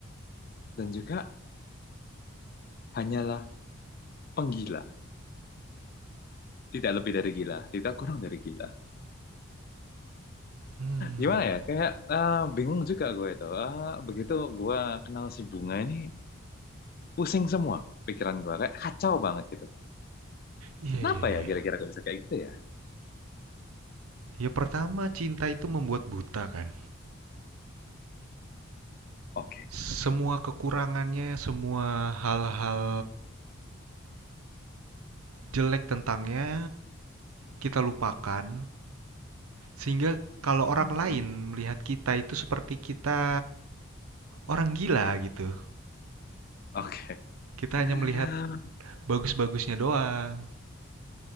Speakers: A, on the left; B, on the right.
A: dan juga hanyalah penggila. Tidak lebih dari gila, tidak kurang dari gila.
B: Hmm...
A: Gimana ya? Kayak eh, bingung juga gue itu. Eh, begitu gue kenal si Bunga ini, pusing semua pikiran gue. Kayak kacau banget gitu.
B: Iya,
A: Kenapa
B: iya, iya.
A: ya kira-kira gue bisa kayak gitu ya?
B: Ya pertama, cinta itu membuat buta kan.
A: Oke.
B: Semua kekurangannya, semua hal-hal jelek tentangnya kita lupakan. Sehingga kalau orang
A: Mhm.
B: lain melihat kita itu seperti kita orang gila gitu.
A: Oke.
B: Kita
A: Hmm.
B: hanya melihat bagus-bagusnya doang,